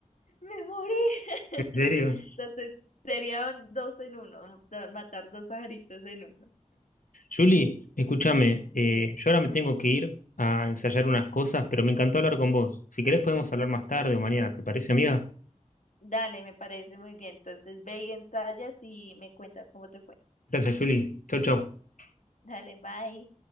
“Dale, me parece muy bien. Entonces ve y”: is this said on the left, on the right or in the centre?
Left